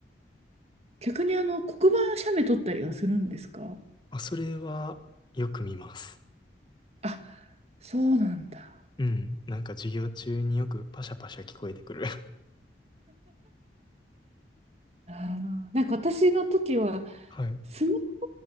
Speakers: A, on the right (about 35°); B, on the left (about 25°).
A: 逆にあの黒板写メ撮ったりはするんですか
B: あ、それはよく見ます。
A: あ、そうなんだ。
B: うん。なんか授業中によくパシャパシャ聞こえてくる。
A: あーなんか私の時は
B: <laughs> はい。
A: スマホ